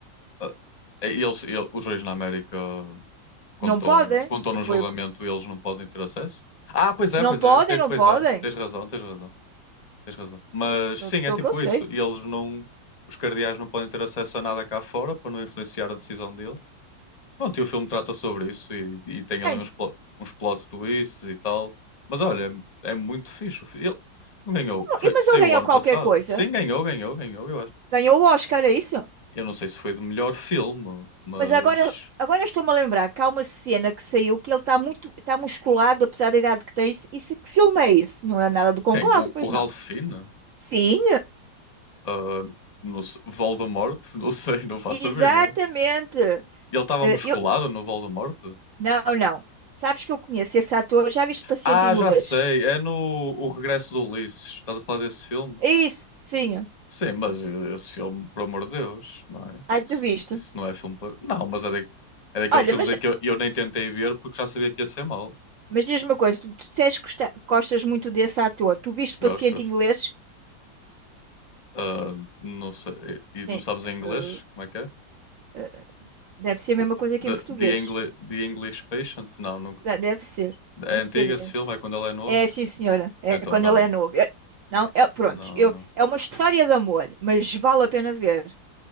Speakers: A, on the left; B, on the right.
A: Ah, Eles, ele- os reis na América, quando
B: Não
A: estão,
B: podem.
A: quando estão no
B: Foi...
A: julgamento,
B: o que-
A: eles não podem ter acesso? Ah, pois é,
B: Não
A: pois
B: podem,
A: é, te-
B: não
A: pois
B: podem.
A: é, tens razão, tens razão. Tens razão. Mas
B: Pelo
A: sim,
B: pelo
A: é tipo
B: que eu sei.
A: isso. E eles não. Os cardeais não podem ter acesso a nada cá fora para não influenciar a decisão deles. Pronto, e o filme trata sobre isso e, e tem
B: Ai,
A: ali uns,
B: não-
A: plo- uns plot twists e tal. Mas olha, é muito fixe. o fi- Ele não ganhou. Foi,
B: e- mas
A: saiu
B: ele ganhou
A: o ano
B: qualquer
A: passado.
B: coisa.
A: Sim, ganhou, ganhou, ganhou, eu acho.
B: Ganhou o Oscar, é isso?
A: Eu não sei se foi do melhor filme, mas.
B: Mas agora, agora estou-me a lembrar que há uma cena que saiu que ele está muito, está musculado, apesar da idade que tem. Isso, isso que filme é isso? Não é nada do Conclave,
A: Quem? O,
B: pois
A: o Ralph
B: não?
A: Fiennes?
B: Sim,
A: Ah, não sei, Voldemort? <laughs> Não sei, não faço
B: exatamente.
A: a ver, não. Ele estava
B: Eh,
A: musculado
B: Eu,
A: no Voldemort?
B: não, não. Sabes que eu conheço esse ator, já viste Paciente
A: Ah,
B: Inglês?
A: já sei. É no O Regresso do Ulisses. Estás a falar desse filme?
B: É isso, sim.
A: Sim, mas esse filme, por amor de Deus, não é?
B: Ai, tu
A: Isso,
B: viste.
A: isso não é filme para. Não, mas é, da- é daqueles
B: Olha,
A: filmes
B: mas,
A: em que eu, eu nem tentei ver porque já sabia que ia ser mau.
B: mas diz-me uma coisa, tu, tu disseste que gosta- gostas muito desse ator. Tu viste Paciente
A: Gosto, gosto.
B: Inglês?
A: Ah, não sei. E e não
B: Sim.
A: sabes em inglês?
B: Eh,
A: Como é que é?
B: eh, deve ser
A: O
B: a mesma
A: p-
B: coisa
A: the,
B: que em português.
A: the, Engli- The English Patient? Não, não.
B: Deve ser,
A: É
B: deve
A: antigo
B: ser
A: esse filme? É quando ele é novo?
B: É, sim, senhora. É
A: Então,
B: quando
A: não.
B: ele é novo. É- não, é, pronto.
A: Não,
B: Eu,
A: não.
B: é uma história de amor, mas vale a pena ver.